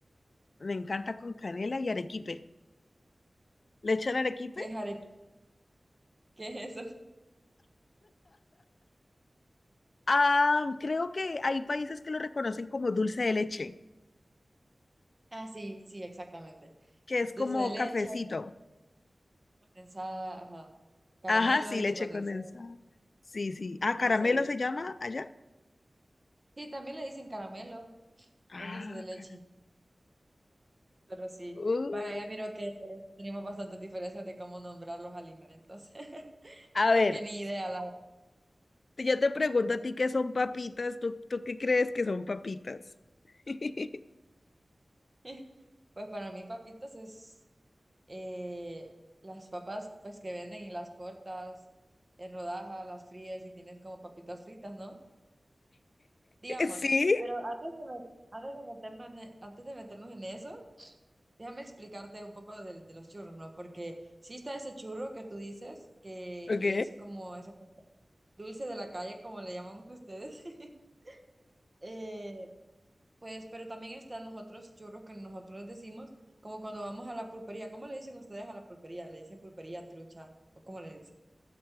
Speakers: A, on the left (about 65°); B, on the right (about 30°).
A: Me encanta con canela y arequipe. ¿Le echan arequipe?
B: ¿Qué es are... ¿Qué es eso?
A: Ah, creo que hay países que lo reconocen como dulce de leche,
B: Ah, sí, sí, exactamente.
A: que es
B: Dulce
A: como
B: de leche,
A: cafecito.
B: condensada, ajá. Caramelo,
A: Ajá, sí,
B: leche
A: leche
B: condensada,
A: condensada. Sí, sí. Ah, caramelo
B: dulce de leche.
A: se llama allá.
B: Sí, también le dicen caramelo.
A: Ah,
B: un dulce de leche,
A: caramelo.
B: pero sí.
A: Uh,
B: Vaya, miro que tenemos bastantes diferencias de cómo nombrar los alimentos, <laughs>
A: A
B: porque
A: ver,
B: ni idea la...
A: te- yo te pregunto a ti qué son papitas, ¿tú, tú qué crees que son papitas? <laughs>
B: <laughs> Pues para mí papitas es eh, las papas pues que venden y las cortas en rodajas, las fríes y tienes como papitas fritas, ¿no? Digamos,
A: ¿Sí?
B: pero antes de, me- antes de meternos en, e- antes de meternos en eso, déjame explicarte un poco de, de los churros, ¿no? Porque sí está ese churro que tú dices que
A: Ok.
B: es como esa... dulce de la calle, como le llaman ustedes. <laughs> Eh, pues, pero también están los otros churros que nosotros decimos, como cuando vamos a la pulpería. ¿Cómo le dicen ustedes a la pulpería? ¿Le dicen pulpería, trucha? ¿O cómo le dicen?